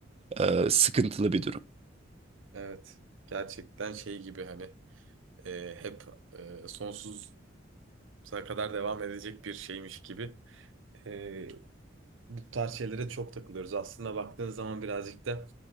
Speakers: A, on the right (about 30°); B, on the right (about 85°).
A: e, sıkıntılı bir durum.
B: Evet, gerçekten şey gibi hani e, hep e, sonsuz sonuna kadar devam edecek bir şeymiş gibi. Ee, bu tarz şeylere çok takılıyoruz. Aslında baktığın zaman birazcık da